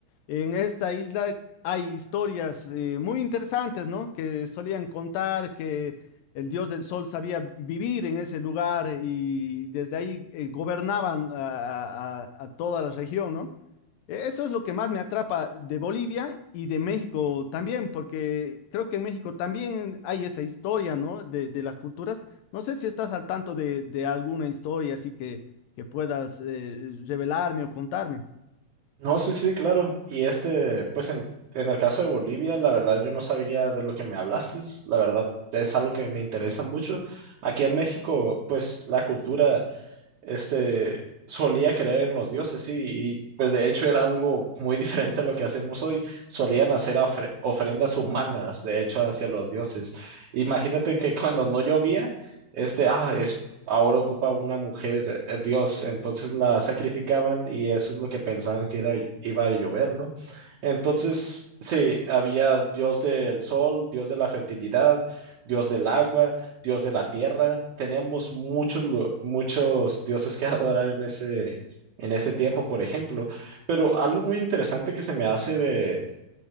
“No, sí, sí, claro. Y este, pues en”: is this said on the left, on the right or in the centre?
Right